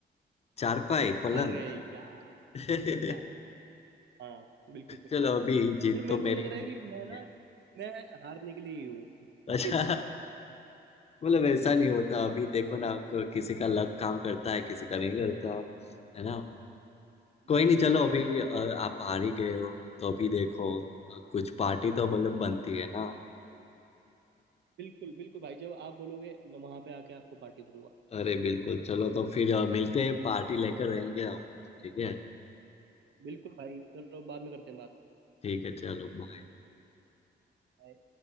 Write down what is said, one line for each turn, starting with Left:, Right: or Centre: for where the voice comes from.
Left: चारपाई पलंग
Right: अरे यार
Left: <laughs>
Right: फिर से आप- हाँ बिल्कुल
Left: चलो अभी
Right: यार
Left: जीत
Right: मेरे
Left: तो
Right: को
Left: मेरी
Right: लग रहा
Left: हो
Right: है कि
Left: ही
Right: मैं
Left: गई
Right: ना
Left: है
Right: मैं हारने के लिए ही हूँ <laughs>
Left: अच्छा मतलब ऐसा नहीं होता
Right: हम्म,
Left: अभी देखो ना आपको किसी का लक काम करता है किसी का नहीं करता है ना
Right: हम्म,
Left: कोई नहीं
Right: हम्म,
Left: चलो अभी
Right: बिल्कुल
Left: अ,
Right: भाई
Left: आप हार ही गए हो तो अभी देखो अ, कुछ पार्टी तो मतलब बनती है ना
Right: बिल्कुल बिल्कुल भाई जब आप बोलोगे मैं वहां पे आके आपको पार्टी दूंगा
Left: अरे बिल्कुल चलो तो फिर अ, मिलते हैं पार्टी लेकर रहेंगे हम ठीक है
Right: बिल्कुल भाई चलो बाद में करते हैं बात
Left: ठीक है चलो बाय
Right: Bye.